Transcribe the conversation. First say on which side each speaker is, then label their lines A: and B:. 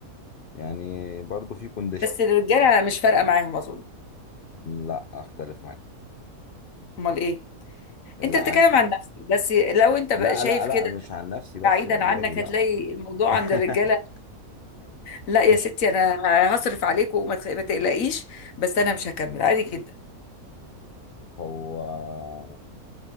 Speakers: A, on the left (about 80°); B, on the left (about 65°).
A: يعني برضو في كونديشن
B: بس الرجاله مش فارقه معاهم اظن
A: لا اختلف معاكي
B: امال ايه
A: لا
B: انت بتتكلم
A: عادي
B: عن نفسك بس لو انت بقى
A: لا
B: شايف
A: لا لا
B: كده
A: مش عن نفسي بس
B: بعيدا
A: والله
B: عنك
A: لا
B: هتلاقي الموضوع
A: <laughs>
B: عند الرجاله لا يا
A: مش
B: ستي انا هصرف عليك وما تخ- ما تقلقيش بس انا مش هكمل عادي جدا
A: هو